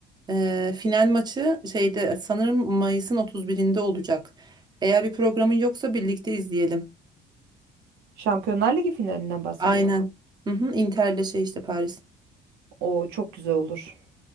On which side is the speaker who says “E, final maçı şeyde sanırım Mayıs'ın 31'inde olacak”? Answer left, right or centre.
Right